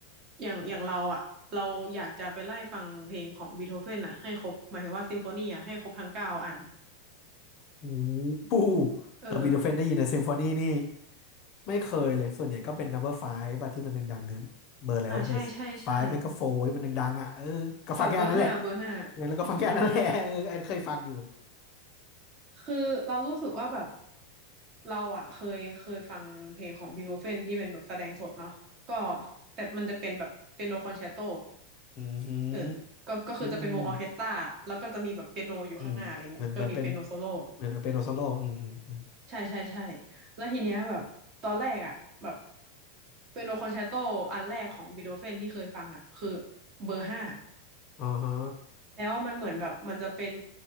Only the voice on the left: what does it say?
โอ้โห
เออบีโธเฟนได้ยินนะซิมโฟนีนี่ไม่เคยเลยส่วนใหญ่ก็เป็น number five ป่ะที่มันดังๆนึงเบอร์อะไรวาเบอร์
f ฟ v e ไม่ก็โฟร์ที่มันดังๆอ่ะเออก็ฟังแค่อันนั้นแหละ
งั้นแล้วก็ฟังแค่อันนั้นแหละ
<laughs> เอออันเคยฟังอยู่
อืมอหือ
อืมอืมอืมอืมเหมือนเหมือนเป็นเหมือนเป็นโอโซโล่อืมอืม
อ่าฮะ